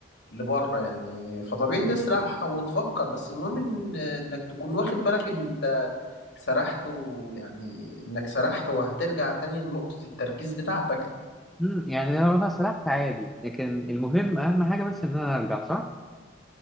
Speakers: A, on the left; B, in the centre.
A: لبره يعني فطبيعي تسرح وتفكر بس المهم إن إنك تكون واخد بالك إن أنت سرحت ويعني إنك سرحت وهترجع تاني لنقطة التركيز بتاعتك
B: امم يعني لو انا سرحت عادي لكن المهم اهم حاجه بس ان انا ارجع صح